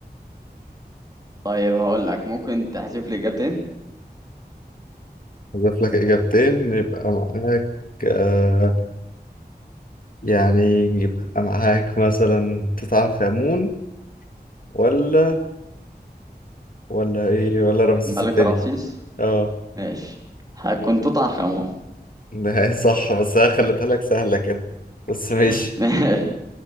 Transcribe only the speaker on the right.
طيب هقول لك ممكن تحذف لي اجابتين
الملك
رمسيس
ماشي هيكون توت عنخ امون
<laughs> ماشي